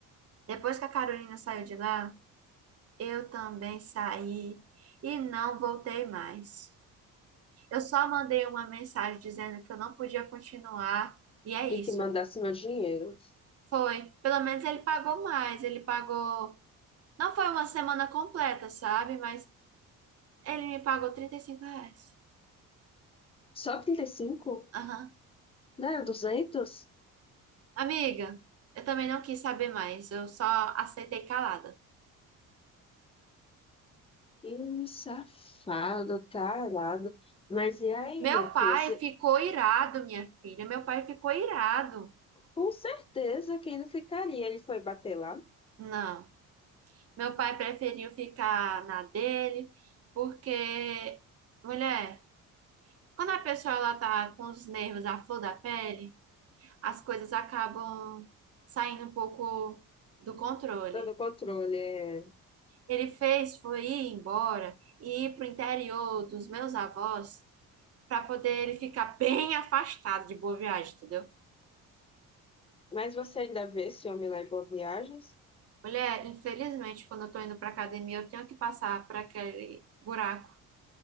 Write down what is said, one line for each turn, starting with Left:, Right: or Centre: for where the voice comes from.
Right: depois que a Carolina saiu de lá, eu também saí e não voltei mais. Eu só mandei uma mensagem dizendo que eu não podia continuar, e é isso.
Left: E que mandasse meu dinheiro.
Right: Foi. Pelo menos ele pagou mais. Ele pagou Não foi uma semana completa, sabe? Mas ele me pagou 35 reais.
Left: Só trinta e cinco
Right: Aham.
Left: Né? duzentos
Right: Amiga, eu também não quis saber mais. Eu só aceitei calada.
Left: Que homem safado, tarado. Mas e aí,
Right: Meu
Left: minha filha?
Right: pai
Left: Você-
Right: ficou irado, minha filha. Meu pai ficou irado.
Left: Com certeza que ele não ficaria. Ele foi bater lá
Right: Não. Meu pai preferiu ficar na dele, porque, mulher, quando a pessoa ela tá com os nervos à flor da pele, as coisas acabam saindo um pouco do controle.
Left: Fora do controle. é.
Right: Ele fez foi ir embora e ir para o interior dos meus avós para poder ele ficar <laughs> bem afastado de Boa Viagem, entendeu?
Left: Mas você ainda vê esse homem lá em Boas Viagens?
Right: Mulher, infelizmente, quando eu tô indo pra academia, eu tenho que passar por aquele buraco